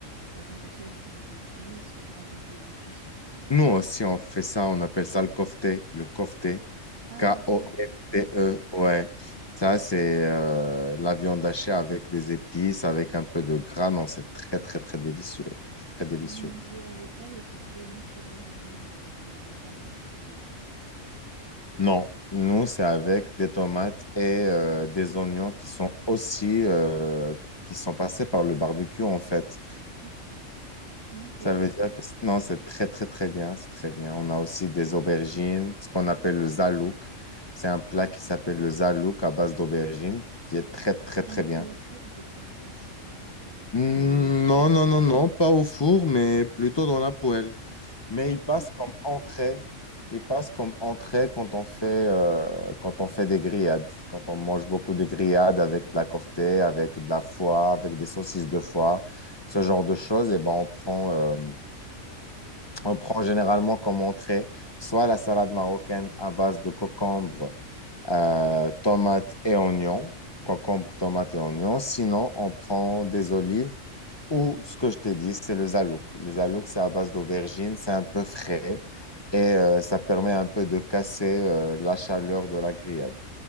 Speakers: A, on the right (about 70°); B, on the left (about 25°).
A: la viande hachée avec des épices ou je rajoute des épices euh,
B: Nous
A: sans-
B: aussi, on fait ça, on appelle ça le kofté, le kofté,
A: Ah,
B: K-O-F-T-E,
A: j'adore, j'adore.
B: ouais. Ça, c'est euh, la viande hachée avec des épices, avec un peu de gras. Non, c'est très, très, très délicieux. C'est très délicieux.
A: Et vous mangez avec quoi le kofté? Nous, souvent, on mange avec euh, des pâtes à côté. euh.
B: Non, nous, c'est avec des tomates et euh, des oignons qui sont aussi, euh, qui sont passés par le barbecue, en fait.
A: Ok, d'accord.
B: Ça veut dire que c- non, c'est très, très, très bien. C'est très bien. On a aussi des aubergines, ce qu'on appelle le zalouk. C'est un plat qui s'appelle le zalouk à base d'aubergines, qui est très, très,
A: Vous
B: très
A: mettez
B: bien.
A: au four, je crois, je pense, avec... euh,
B: Mm, Non,
A: Non,
B: non, non, non, pas au four, mais plutôt dans la poêle. Mais
A: Oh,
B: il passe
A: ok,
B: comme entrée. Il passe comme entrée quand on fait, euh, quand on fait des grillades, quand on mange beaucoup de grillades avec de la kofta, avec de la foie, avec des saucisses de foie, ce genre de choses. Et ben on prend, euh, on prend généralement comme entrée soit la salade marocaine à base de concombre, euh, tomates et oignons, concombre, tomates et oignons. Sinon, on prend des olives ou ce que je t'ai dit, c'est le zalouk. Le zalouk, c'est à base d'aubergine, c'est un peu frais et euh, ça permet un peu de casser euh, la chaleur de la grillade.